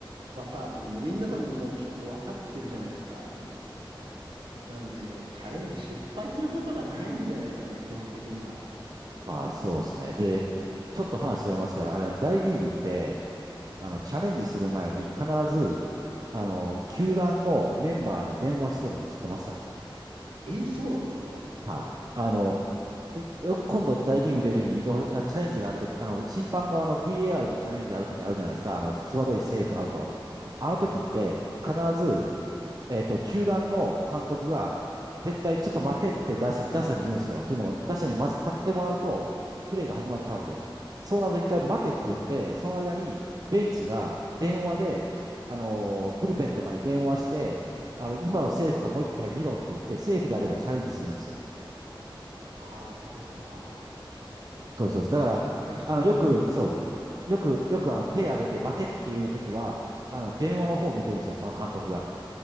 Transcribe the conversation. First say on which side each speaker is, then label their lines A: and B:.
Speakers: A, on the right; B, on the right.
A: パターンなんで、みんな多分もう結構わかってるじゃないですか。
B: うん
A: なんで、チャレンジ失敗することがないんじゃないですかね、基本的には。
B: まあ、そうですね。で、ちょっと話それますけど、あれ、大リーグって、あの、
A: はい。
B: チャレンジする前に必ず、あの、球団のメンバーに電話してるの知ってました
A: え、そうなんですかは
B: はい。あの、いよ今度大リーグ見てるときに見てほしい、あチャレンジがあるとき、あの、審判のあの VAR のチャレンジあるときあるじゃないですか。あの、際どいセーフアウト。
A: い。
B: あのときって、
A: はい。はい。
B: 必ずえっと、球団の監督が、絶対ちょっと待てって打者、打者に言うんですよ。というのも、打者にまず立ってもらうと、
A: はい。
B: プレーが始まっちゃうんで、そうなると一回待てって言って、
A: そうですよね。
B: その間にベンチが電話で、あのーブルペンとかに電話して、あの、今のセーフかもう一回見ろって言って、セーフであればチャレンジするんですよ。
A: ああー、そういうことか。
B: そうです、そうです。だから、
A: 失敗しないように。
B: あの、よく、そう、よく、よくあの手挙げて待てっていう時は、あの、電話の方を見てるんですよ、
A: はい。
B: その監督が。